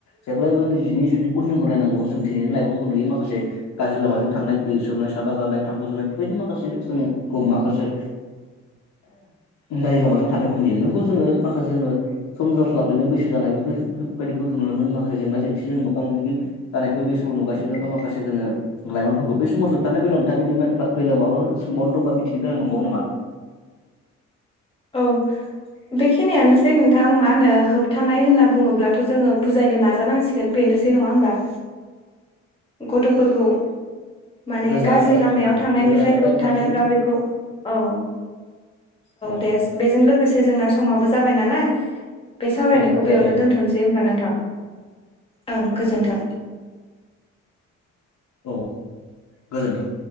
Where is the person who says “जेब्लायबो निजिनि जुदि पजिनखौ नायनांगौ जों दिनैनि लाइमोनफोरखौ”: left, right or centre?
Left